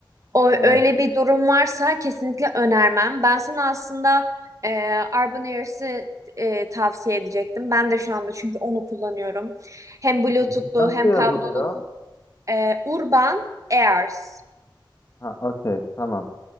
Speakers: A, on the right (about 40°); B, on the left (about 40°).
A: O
B: Evet.
A: öyle bir durum varsa kesinlikle önermem. Ben sana aslında e, Arbon Airs'i e, tavsiye edecektim. Ben de şu anda çünkü onu kullanıyorum. Hem Bluetooth'lu
B: Hı hı. Nasıl
A: hem
B: yazılıyor?
A: kablolu ku- e, Urban Airs.
B: Ha, okey, tamam.